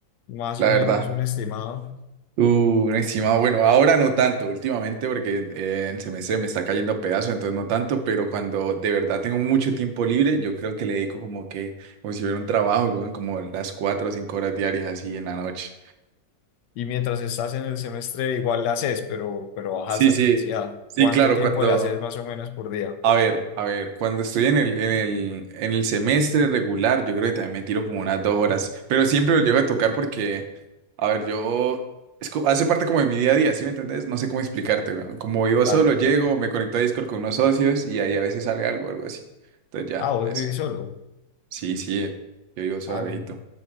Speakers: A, on the left; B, on the right.
A: Más
B: la
A: o menos
B: verdad.
A: un estimado.
B: Uh, un estimado, bueno, ahora no tanto, últimamente porque eh, el semestre me está cayendo a pedazos, entonces no tanto, pero cuando de verdad tengo mucho tiempo libre, yo creo que le dedico como que, como si hubiera un trabajo, weón, como las cuatro o cinco horas diarias así en la noche.
A: Y mientras estás en el semestre, igual le haces, pero, pero bajas
B: Sí,
A: la
B: sí,
A: intensidad.
B: sí,
A: ¿Cuánto
B: claro,
A: tiempo
B: cuando,
A: le haces más o menos por día?
B: A ver, a ver, cuando estoy en el, en el, en el semestre regular, yo creo que también me tiro como unas dos horas, pero siempre lo llego a tocar porque, a ver, yo, es co- hace parte como de mi día a día, ¿sí me entendés? No sé cómo explicarte, weón. Como vivo
A: Claro
B: solo,
A: que
B: llego,
A: sí.
B: me conecto a Discord con unos socios y ahí a veces sale algo, algo así. Entonces ya,
A: Ah, vos
B: eso.
A: vivís solo.
B: Sí, sí, eh, yo vivo solo,
A: Ah, no,
B: Alejito.
A: no